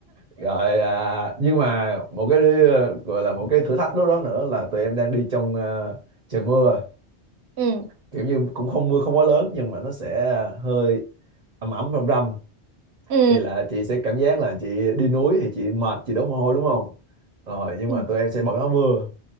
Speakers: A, on the right; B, on the right.
A: Rồi à, nhưng mà một cái ờ, gọi là một cái thử thách lúc đó nữa là tụi em đang đi trong ờ, trời mưa
B: <laughs> ừ
A: kiểu như cũng không mưa không quá lớn nhưng mà nó sẽ ờ, hơi ẩm ẩm râm râm
B: ừ
A: thì là chị sẽ cảm giác là chị đi núi thì chị mệt chị đổ mồ hôi đúng không rồi nhưng
B: ừ
A: mà tụi em sẽ bận áo mưa